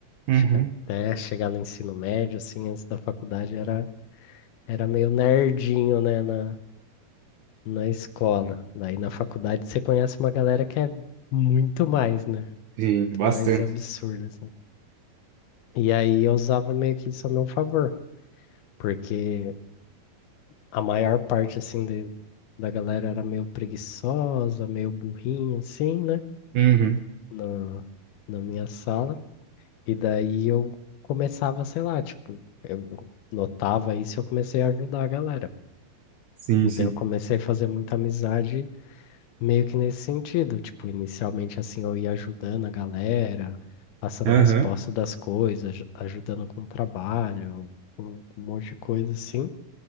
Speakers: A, on the right (about 75°); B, on the left (about 85°).
A: Uhum.
B: Acho que até chegar no ensino médio, assim, antes da faculdade, era, era meio nerdinho, né, na, na escola. Daí na faculdade você conhece uma galera que é muito mais, né?
A: Sim,
B: Muito
A: bastante.
B: mais absurda, assim. E aí eu usava meio que isso a meu favor, porque a maior parte, assim, de, da galera era meio preguiçosa, meio burrinha, assim, né?
A: Uhum.
B: na, na minha sala, e daí eu começava, sei lá, tipo, eu eu notava isso e eu comecei a ajudar a galera.
A: Sim,
B: E
A: sim.
B: daí eu comecei a fazer muita amizade meio que nesse sentido, tipo, inicialmente assim eu ia ajudando a galera, passando
A: Aham.
B: resposta das coisas, aj- ajudando com o trabalho, com com um monte de coisa assim.